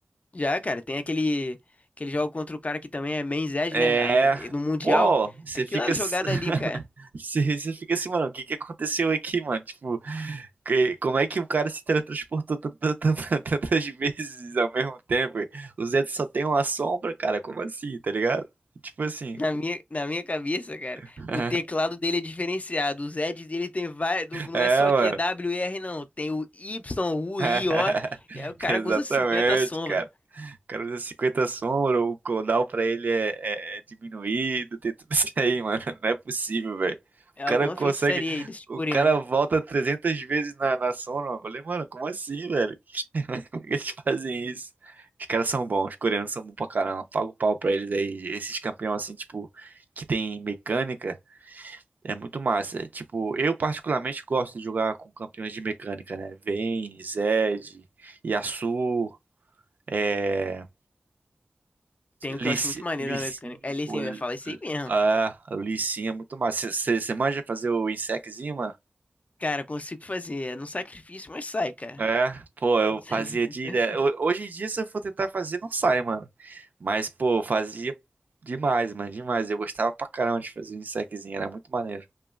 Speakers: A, on the left (about 45°); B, on the right (about 60°).
A: Já, cara, tem aquele, aquele jogo contra o cara que também é main Zed,
B: É.
A: né? Aí no Mundial,
B: Pô, você
A: aquela
B: fica.
A: jogada
B: <laughs>
A: ali, cara,
B: Você você fica assim, mano, o que que aconteceu aqui, mano? Tipo, que- como é que o cara se teletransportou tanta- tanta- tantas vezes ao mesmo tempo? O Zed só tem uma sombra, cara, como assim, tá ligado? Tipo assim.
A: na minha, na minha cabeça, cara,
B: <laughs>
A: o teclado dele é diferenciado. O Zed dele tem vai, não
B: É,
A: é só
B: mano.
A: Q W e R não. Tem o Y, U,
B: <laughs>
A: I, O. E aí o cara
B: Exatamente,
A: usa 50 sombra.
B: cara. cara usa 50 sombra, o cooldown pra ele é, é- é diminuído, tem tudo isso aí, mano. Não é possível, velho.
A: É
B: O
A: alguma
B: cara consegue.
A: feitiçaria aí desse coreano.
B: O cara volta 300 vezes na, na sombra, mano. Eu falei, mano, como assim, velho? Como é que eles fazem isso? Os caras são bons, os coreanos são bons pra caramba. Paga o pau pra eles aí. Esses campeões, assim, tipo, que tem mecânica, é muito massa. Tipo, eu particularmente gosto de jogar com campeões de mecânica, né? Vayne, Zed, Yasuo. É,
A: Tem um que
B: lici,
A: eu acho muito maneiro
B: Lissi,
A: na mecânica. Ali
B: pô.
A: sim,
B: li-
A: eu ia falar isso aí mesmo.
B: Ah, o Lissinha é muito massa. Você manja fazer o insecozinho, mano?
A: Cara, consigo fazer. É no sacrifício, mas sai, cara.
B: É, pô, eu
A: Não sei
B: fazia
A: o que
B: direto.
A: eu pensar.
B: Ho-
A: <laughs>
B: Hoje em dia, se eu for tentar fazer, não sai, mano. Mas, pô, eu fazia demais, mano, demais. Eu gostava pra caramba de fazer o insecozinho, era muito maneiro.